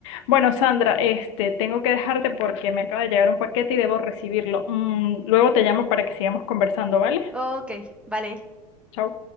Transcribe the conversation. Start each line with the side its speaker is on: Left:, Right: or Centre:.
Left: Bueno, Sandra, este,
Centre: Mm.
Left: tengo que dejarte porque me acaba de llegar un paquete y debo recibirlo. Mm, luego te llamo para que sigamos conversando, ¿vale?
Centre: Ok, vale.
Left: Chao.